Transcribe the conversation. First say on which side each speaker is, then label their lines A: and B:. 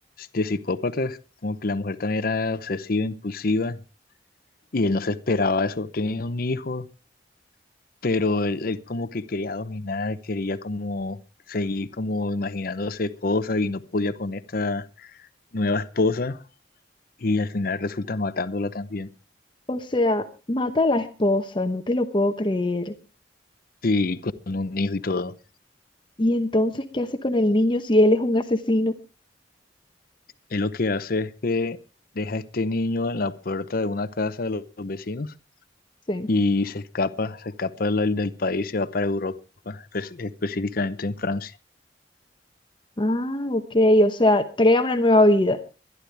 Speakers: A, on the left; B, on the left.
A: de psicópatas, como que la mujer también era obsesiva, impulsiva, y él no se esperaba eso. Tenía un hijo pero él, él como que quería dominar, quería como seguir como imaginándose cosas y no podía con esta nueva esposa y al final resulta matándola también,
B: O sea, mata a la esposa, no te lo puedo creer.
A: sí, con un hijo y todo.
B: ¿Y entonces qué hace con el niño si él es un asesino?
A: Él lo que hace es que deja a este niño en la puerta de una casa de los, los vecinos
B: Sí.
A: y se escapa, se escapa del, del país se va para Europa, espe- específicamente en Francia.
B: Ah, ok, o sea, crea una nueva vida.